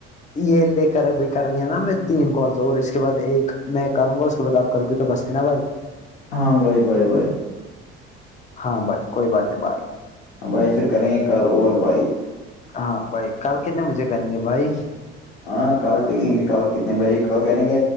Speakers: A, on the left; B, on the left.
A: یہ لے کر ابھی کرنی ہے نا میں تین کالس اور اس کے بعد ایک میں کروں گا اس کے بعد اپ کر گی تو بس ہے نا بھائی
B: ہاں بائے بائے بائے
A: ہاں بھائی کوئی بات ہے بھائی
B: بھائی پھر کریں گے کل اور بھائی
A: ہاں بھائی کل کتنے بجے کریں گے بھائی
B: ہاں کل دیکھیں گے کل کتنے بجے کل کہیں گے